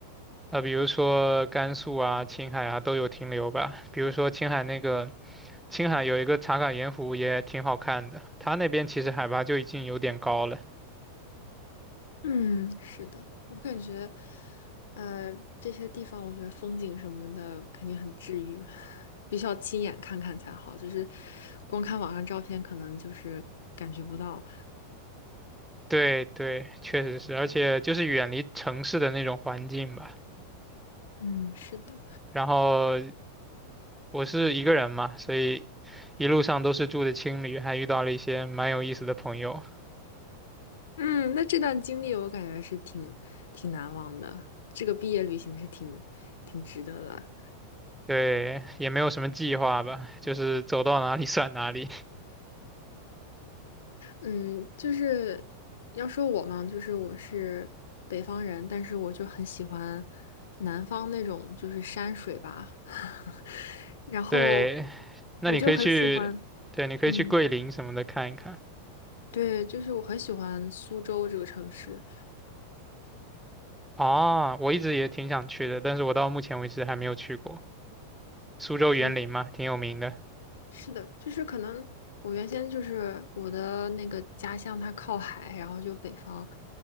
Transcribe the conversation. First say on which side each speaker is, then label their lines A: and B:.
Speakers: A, in the centre; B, on the left.
A: 呃，比如说甘肃啊、青海啊都有停留吧。比如说青海那个，青海有一个茶卡盐湖也挺好看的，它那边其实海拔就已经有点高了。
B: 嗯，是的，我感觉，呃，这些地方我觉得风景什么的肯定很治愈，<laughs> 必须要亲眼看看才好，就是光看网上照片可能就是感觉不到。
A: 对对，确实是，而且就是远离城市的那种环境吧。
B: 嗯，是的，
A: 然后我是一个人嘛，所以一路上都是住的青旅，还遇到了一些蛮有意思的朋友。
B: 嗯，那这段经历我感觉是挺挺难忘的，这个毕业旅行是挺挺值得的。
A: 对，也没有什么计划吧，就是走到哪里 <laughs> 算哪里。
B: 嗯，就是要说我嘛，就是我是北方人，但是我就很喜欢南方那种就是山水吧，<laughs>
A: <laughs>
B: 然后
A: 对，那你可以去，
B: 我就很喜欢，
A: 对，你可以去桂林什么的看一看。
B: 嗯，对，就是我很喜欢苏州这个城市。
A: 啊，我一直也挺想去的，但是我到目前为止还没有去过。苏州园林嘛，
B: 对。
A: 挺有名的。
B: 是的，就是可能我原先就是我的那个家乡，它靠海，然后就北方，